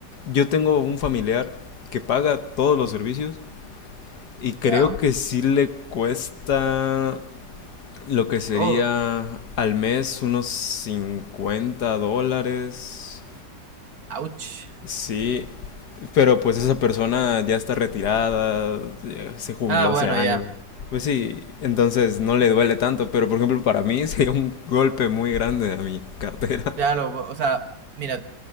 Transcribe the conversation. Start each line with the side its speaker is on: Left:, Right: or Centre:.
Left: yo tengo un familiar que paga todos los servicios y creo
Right: Ya,
Left: que sí le cuesta Lo que sería
Right: todo.
Left: al mes unos 50 dólares.
Right: Ouch.
Left: Sí, pero pues esa persona ya está retirada, ya se jubiló
Right: Ah, bueno,
Left: hace años.
Right: ya.
Left: Pues sí, entonces no le duele tanto, pero por ejemplo para mí <laughs> sería un golpe muy grande a mi cartera.
Right: claro lo, o sea, mira,